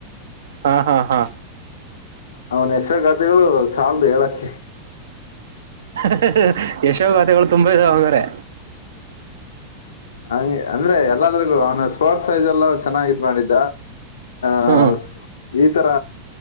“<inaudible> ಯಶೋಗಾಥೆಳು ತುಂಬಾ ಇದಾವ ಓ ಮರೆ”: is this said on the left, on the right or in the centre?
Right